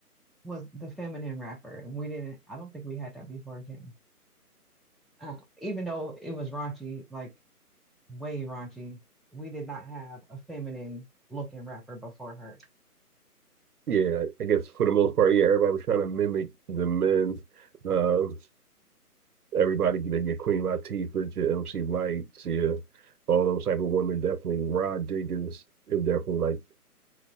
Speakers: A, in the centre; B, on the right.
A: was the feminine rapper, and we didn't, I don't think we had that before Kim. Uh, even though it was raunchy, like way raunchy, we did not have a feminine looking rapper before her.
B: Yeah, I guess for the most part, yeah, everybody was trying to mimic the men. Um, everybody they get Queen Latifah, your MC Lights, yeah, all those type of women. Definitely Rod Diggins is definitely like